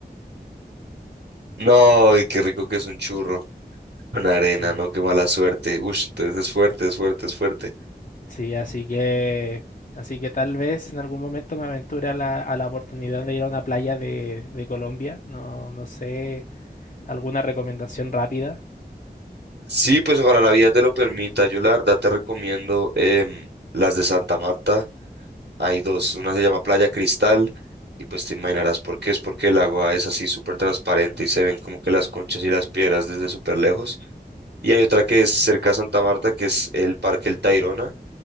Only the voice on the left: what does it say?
Sí,
sí, así que así que tal vez en algún momento me aventure a la, a la oportunidad de ir a una playa de, de Colombia. No, no sé, alguna recomendación rápida.